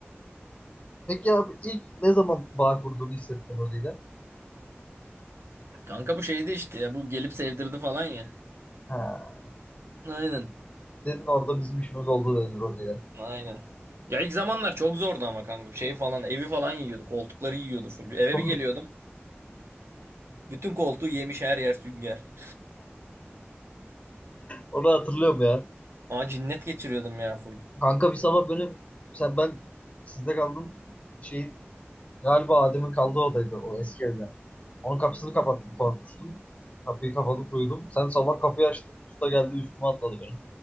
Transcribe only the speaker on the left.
Peki abi ilk ne zaman bağ kurduğunu hissettin Rozi'yle?
Ha,
dedin orada bizim işimiz oldu dedin Rozi'yle.
Onu,
onu hatırlıyorum ya.
Kanka bir sabah beni sen ben sizde kaldım. Şeyin galiba Adem'in kaldığı odaydı o eski evde. Onun kapısını kapattım korkmuştum. Kapıyı kapatıp uyudum. Sen sabah kapıyı açtın. Usta geldi üstüme atladı benim.